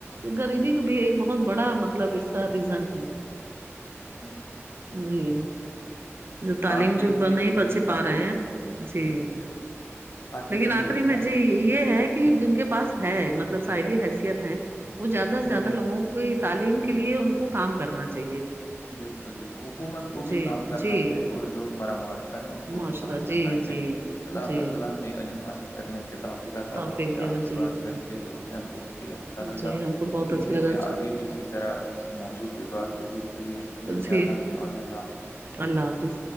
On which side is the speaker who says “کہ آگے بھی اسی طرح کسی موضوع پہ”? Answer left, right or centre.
Left